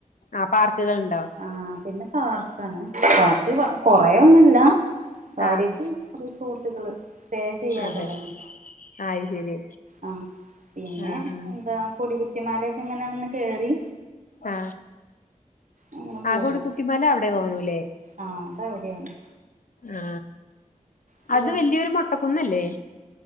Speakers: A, on the left (about 75°); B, on the right (about 70°).
A: ആ പാർക്ക്കള്ണ്ടോ.
B: ആഹ് പിന്നെ പാർക്കാണ്. പാർക്ക് കൊറേ ഒന്നുല്ല കാര്യായിട്ട്
A: ആഹ്
B: റിസോട് ട്ട്കള്. സ്റ്റേ ചെയ്യാലൊ
A: അതെ
B: അതാണ്
A: അയ് ശരി
B: ആ. പിന്നെ.
A: ആഹ്
B: എന്താ. കൊടികുത്തിമലൊക്കെ ഇങ്ങനെ ഒന്ന് കേറി
A: ആ.
B: അങ്ങനെ പോന്നു
A: ആ കൊടി കുത്തി മല അവിടെയാ തോന്നണ്
B: ആ. അതവിടെയാണ്.
A: ആ.
B: ഇത്
A: അത് വല്യൊരു മൊട്ടക്കുന്നല്ലേ?